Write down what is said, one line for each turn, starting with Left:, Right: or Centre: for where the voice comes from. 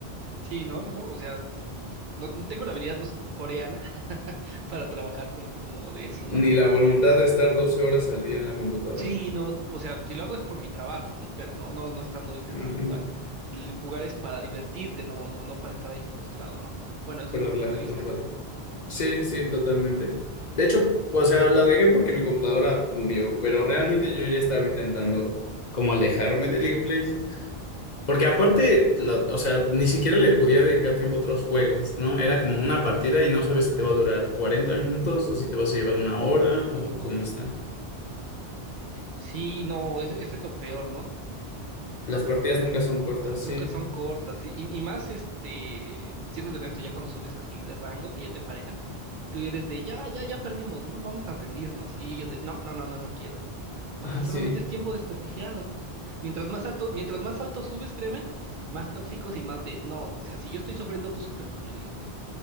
Right: sí, no, no, no, o sea, no, no tengo la habilidad no sé, coreana <laughs> para trabajar con, como de eso, ¿no?
Left: ni la voluntad de estar 12 horas al día en la computadora,
Right: Sí, no, o sea, si lo hago es por mi trabajo, ¿no? Pero no, no, no estando intentando
Left: <laughs>
Right: jugar. El jugar es para divertirte, no, no, no para estar ahí frustrado, ¿no? Bueno, ese
Left: para
Right: es mi punto
Left: relajarte
Right: de vista.
Left: un rato. Sí, sí, totalmente. De hecho, o sea, la dejé porque mi computadora murió, pero realmente yo ya estaba intentando como alejarme de League of Legends. Porque aparte, la- o sea, ni siquiera le podía dedicar tiempo a otros juegos, ¿no? Era como una partida y no sabes si te va a durar 40 minutos o si te vas a llevar una hora o cómo está.
Right: Sí, no, ese, ese es lo peor, ¿no?
Left: Las partidas nunca son cortas,
Right: Nunca
Left: sí.
Right: son cortas. Y, y más, este, siendo honesto, ya cuando subes así de rango, que ya te emparejan, tú eres de, ya, ya, ya perdimos, ¿no? Vamos a rendirnos. Y ellos de, no, no, no, no, no quiero. Y, o
Left: <laughs>
Right: sea,
Left: Ah,
Right: solamente
Left: sí.
Right: es tiempo desperdiciado. Mientras más alto, mientras más alto subes, créeme, más tóxicos y más de, no, o sea, si yo estoy sufriendo, tú sufres conmigo. Y es de,